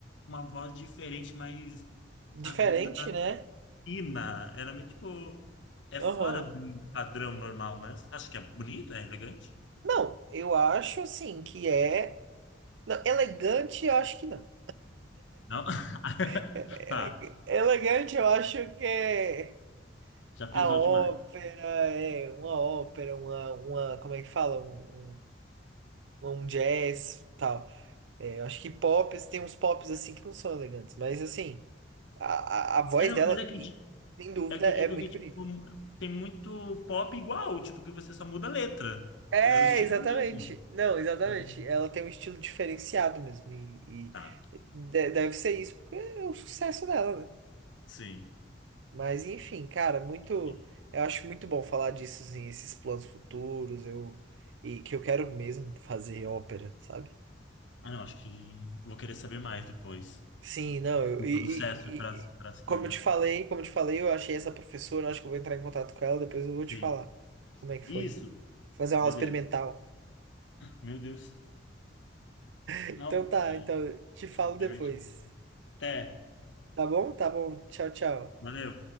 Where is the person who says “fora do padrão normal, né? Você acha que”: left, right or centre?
Left